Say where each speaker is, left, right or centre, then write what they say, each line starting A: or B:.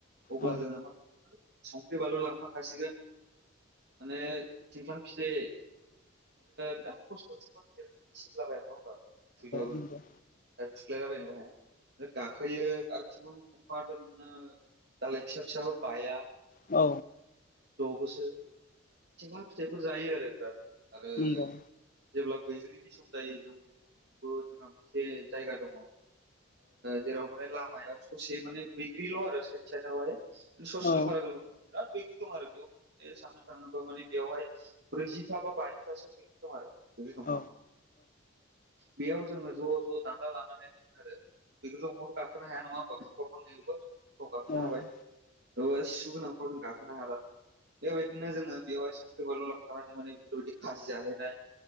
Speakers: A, on the right; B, on the left.
A: अब्ला
B: औ
A: जोङो मा संख्रि बानलु लांफाखासिगोन माने थिंख्लां फिथाइ बिराद खस्थ सिबलाबाय नङा होनबा थाबो
B: नंगौ
A: आरो थुख्लायलाबायनोबो हाया गाखोयो आरोथिं दंफाङाथ' नोङो दालाय फिसा फिसाबो बाया
B: औ।
A: द'बोसो थिंख्लां फिथाइफोर जायो आरो बिराद आरो
B: नंगौ
A: जेब्ला बैग्रिनि सम जायो जों बैग्रि जोंना मोनसे जायगा दङ जेराव माने लामायाव ससे माने बैग्रिल' आरो साइद साइदआवहाय ससेल'
B: औ
A: बारा गोलाव बिराद बैग्रि दं आरो बेयाव मे साननो थाङोब्ला माने बेयावहाय ब्रैजिथा बा बाजिथासो दं आरो बैग्रि दंफां।
B: औ
A: बेयाव जोङो ज' ज' दान्दा लानानै थांङो आरो। बेखौथ' महर' गाखोनो हाया नङा फांफा फांनैयावबो। फ्राव गाखोनो
B: औ
A: हाबाय बहा सिु गोनांफ्राव जों गाखोनो हाला बेबायदिनो जोङो बेवहाय सोरबा ललां थानानै माने बेफोरबायदि खाजि जाहैनाय।